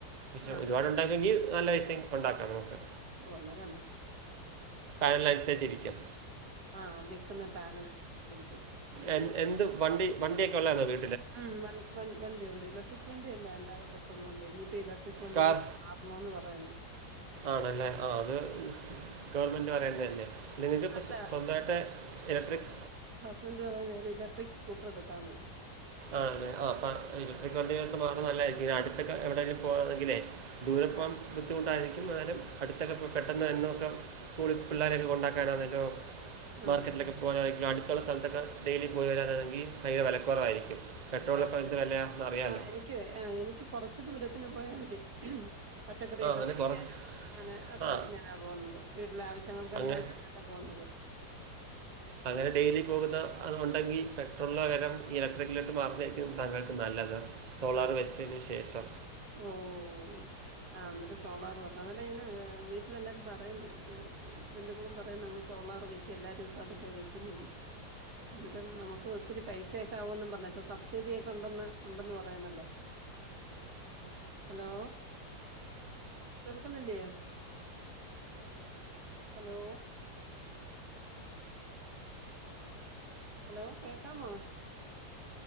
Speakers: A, on the right; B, on the right.
A: ക്ഷെ
B: ആഹ്
A: ഒരുപാട് ഉണ്ടാരുങ്കിൽ നല്ല ഡിസൈൻ ഉണ്ടാക്കാം നമുക്ക്
B: ഒന്നരമ്മ
A: <unintelligible> ചിരിക്കും
B: ആഹ് വെക്കുന്ന പാനലായിരിക്കും ഉം
A: എൻ- എന്ത് വണ്ടി വണ്ടിയൊക്കെള്ളതാണോ അവ
B: ഉം വ വ വണ്ടി ഒണ്ട് ഇലക്ട്രിക് വണ്ടിയല്ലാതെ അല്ലാതെ പെട്രോൾ വണ്ടിയാ ഇനിയിപ്പ ഇല ക്ക് വണ്ടിയിലോട്ട്
A: കാർ
B: മാറണോന്ന് പറയന്ന്
A: ആണല്ലേ ആഹ് അത് ഗവൺമെന്റ് പറയുന്നതല്ലേ നിങ്ങക്കിപ്പ
B: അല്ല
A: സ്വ സ്വന്തമാട്ട് ഇലക്ട്രിക്
B: ഹസ്ബൻ്റ് പറയുന്നത് ഒരു ഇലക്ട്രിക് സ്കൂട്ടർ എടുക്കാന്ന്
A: ആതെ ആഹ് അപ്പ ഇലക്ട്രിക് വണ്ടിക്ക് ബാധകമല്ല ഈ അടുത്തൊക്കെ എവിടെങ്കിലും പോണെമെങ്കിലേ ദൂരപ്പം
B: ആഹ്
A: ബുദ്ധിമുണ്ടായിരിക്കും എന്നാലും അടുത്തൊക്കെ ഇപ്പോ പെട്ടെനെ നോക്കാം സ്കൂളിൽ പിള്ളാരെയൊക്കെ കൊണ്ടാക്കാനാന്നല്ലോ മാർക്കറ്റിലൊക്കെ
B: ആഹ് ആഹ്
A: പോകാനണെങ്കിലും അടുത്തുള്ള സ്ഥലത്തൊക്കെ ഡെയിലി പോയി വരാനാങ്കിൽ ഭയങ്കര വിലക്കുറവായിരിക്കും പെട്രോളിനിപ്പ
B: ആഹ്
A: എന്ത് വിലയാ എന്ന് അറിയാലോ
B: ആഹ് എനിക്ക് ആഹ് എനിക്ക് കുറച്ച് ദൂരത്തിന് പോയാ മതി പച്ചക്കറിയൊക്കെ
A: ആ അങ്ങനെ
B: മേടിക്കാനും
A: കുറച്ച്
B: അങ്ങനെ ഒക്കെ
A: ആ
B: ഞാനാ പോന്നത് വീട്ടിലെ ആവശ്യങ്ങൾക്കെല്ലാം
A: അങ്ങനെ
B: ഞാനാ പോന്നത്
A: അങ്ങനെ ഡെയിലി പോകുന്ന അത് ഒണ്ടെങ്കി പെട്രോളിന് പകരം ഇലക്ട്രിക്കിലോട്ട് മാറുന്നതാരിക്കും താങ്കൾക്ക് നല്ലത് സോളാറ്
B: ആഹ്
A: വെച്ചതിന് ശേഷം
B: ഓഹ് ആഹ് എന്നിട്ട് സോളാർ വെക്കാ അന്നിട്ട് ഇങ്ങനെ വീട്ടിലെല്ലാരും പറയുന്നു ബന്ധുക്കളും പറയ്ന്ന് സോളാർ വെ എല്ലാരുംപ്പ അതാല്ലേ വെക്കുന്നേന്ന് എന്നിട്ട് നമുക്ക് ഒത്തിരി പൈസയൊക്കെ ആകുന്നും പറഞ്ഞ് ഇപ്പൊ സബ്സിഡിയൊക്കെ ഉണ്ടെന്ന് ഉണ്ടന്ന് പറയുന്നല്ലേ ഹലോ കേൾക്കുന്നില്ലയോ ഹലോ ഹലോ കേക്കാമോ